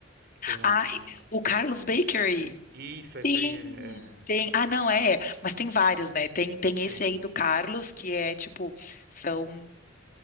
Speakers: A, on the right; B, on the left.
A: Que tem uma.
B: Ah, o Carlos Bakery.
A: Isso,
B: Sim,
A: esse aí. É,
B: tem. Ah, não, é, é. mas tem vários, né? Tem, tem
A: sim.
B: esse aí do Carlos, que é tipo, são